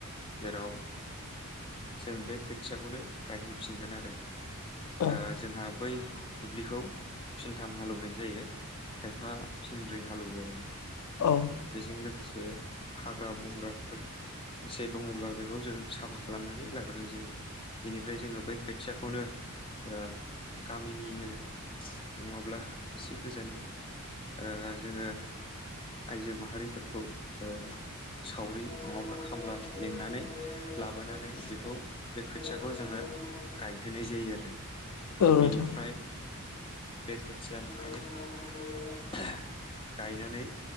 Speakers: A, on the left (about 25°); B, on the left (about 80°).
A: जेराव जों बे खोथियाखौनो गायहैफिनगोन आरो
B: औ
A: ओ जोंहा बै दुब्लिखौ फिनथाम हालौवनाय जायो। खायफा फिनब्रै हालेवो आरो
B: औ उम
A: बेजों लोगोसे बे हाग्रा बंग्राफोर एसे दङब्ला बेखौ जों साफा खालामनानै लाग्रोनाय जायो। बेनिफ्राय जोङो बे खोथियाखौनो ओ गामिनिनो नङाब्ला एसे गोजाननि ओ जोङो आइजो माहारिफोरखौ ओ सावरि नङाब्ला खामला लिंनानै लाबोनानै बेखौ बे खोथियाखौ जोङो गायहोनाय जायो आरो
B: औ नोंथां
A: बेनिफ्राय बे खोथियानिफ्रायनो गायनानै